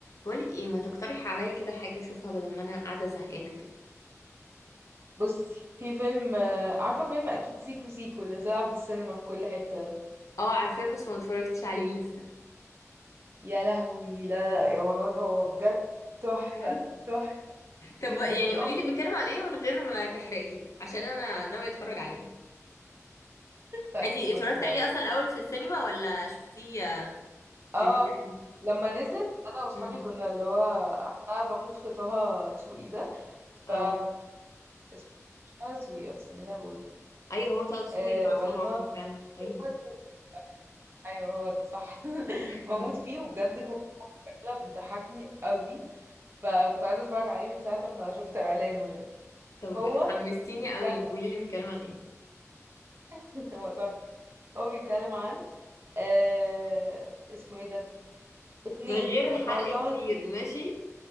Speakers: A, on the left; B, on the right.
A: بقولك ايه ما تقترحي عليا كده حاجة اشوفها بدل ما انا قاعدة زهقانة كده
B: بصي في فيلم آه، عارفة فيلم أكيد سيكو سيكو اللي طلع في السينما في كل حتة ده
A: اه عارفاه بس ما اتفرجتش عليه لسه
B: يا لهوي لا لا يا منار هو بجد تحفة
A: حلو
B: تحفة
A: طب
B: بي-
A: يعني
B: من
A: قوليلي
B: أكتر
A: بيتكلم عن ايه من غير ما تحرقيه عشان انا ناوية اتفرج عليه
B: طيب
A: انتي
B: بصي
A: اتفرجتي
B: هقول
A: عليه اصلا الاول في السينما ولا شفتيه آه،
B: اه
A: في الفيديو
B: لما نزل أنا وأصحابي
A: دي
B: كنا اللي هو أنا بموت في طه دسوقي ده
A: اه
B: ف اسمه طه دسوقي أصلا إيه اللي أنا بقوله ده
A: ايوه هو طه دسوقي
B: أه
A: وعصام
B: ولا
A: عمر
B: طه
A: فعلا ايوه
B: طه دسوقي. أيوه هو ده صح <laughs>
A: <laughs>
B: بموت فيه وبجد كنت بتضحكني قوي فكنت عايزة اتفرج عليه من ساعة ما شفت اعلانه يعني
A: طب
B: هو
A: حمستيني
B: بيتكلم
A: قوي قوليلي بيتكلم عن ايه
B: <laughs> هو تحفة هو بيتكلم عن آه... اسمه ايه ده اتنين
A: من غير
B: يعني
A: حرق
B: هو طه
A: كتير
B: <laughs>
A: ماشي